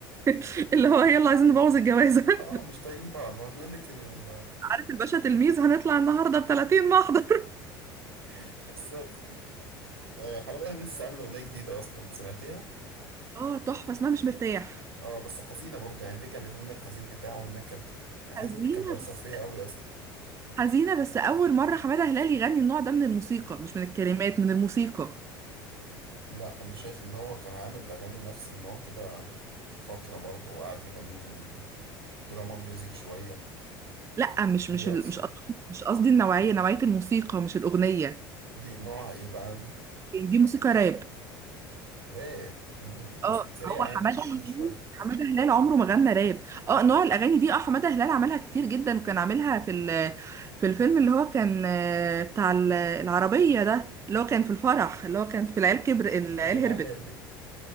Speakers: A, on the right (about 25°); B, on the right (about 85°).
A: <laughs> اللي هو يلا عايزين نبوظ الجوازه
B: اه مش
A: <laughs>
B: طايقين بعض ما بيقول لك ال-
A: عارف الباشا تلميذ هنطلع النهارده ب 30 محضر
B: <laughs> الصف آه حمادة لسه عامل أغنية جديدة أصلا سمعتيها؟
A: اه تحفة اسمها مش مرتاح
B: اه بس حزينة برضه يعني رجع للون الحزين بتاعه والنكد يعني
A: حزينة
B: عايز أقول لك كان بيأثر
A: بس
B: فيا أوي أصلا
A: حزينة بس أول مرة حمادة هلال يغني النوع ده من الموسيقى مش من الكلمات من الموسيقى
B: لا أنا شايف إن هو كان عامل أغاني نفس النوع كده فترة برضه وقعد يغني دراما ميوزك شوية
A: لا مش
B: كان
A: مش
B: بيأثر
A: ال... مش قصدي مش قصدي النوعية نوعية الموسيقى مش الأغنية
B: دي نوعها إيه بقى دي؟
A: يعني دي موسيقى راب
B: راب امم موسيقى
A: اه
B: سريعة
A: هو حمادة
B: يعني تقفل
A: هلال
B: شوية
A: حمادة هلال عمره ما غنى راب اه نوع الأغاني دي اه حمادة هلال عملها كتير جدا وكان عاملها في ال... في الفيلم اللي هو كان آه، بتاع ال- العربية ده اللي هو كان في الفرح اللي هو كان في العيال كبر العيال
B: أه، العيال
A: هربت
B: هربت